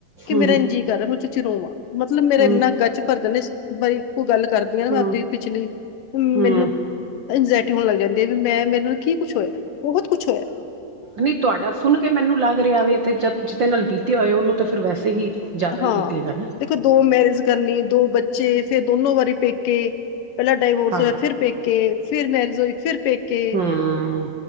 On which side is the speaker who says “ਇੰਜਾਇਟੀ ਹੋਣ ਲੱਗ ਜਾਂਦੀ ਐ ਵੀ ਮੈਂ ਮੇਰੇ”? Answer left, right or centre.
Left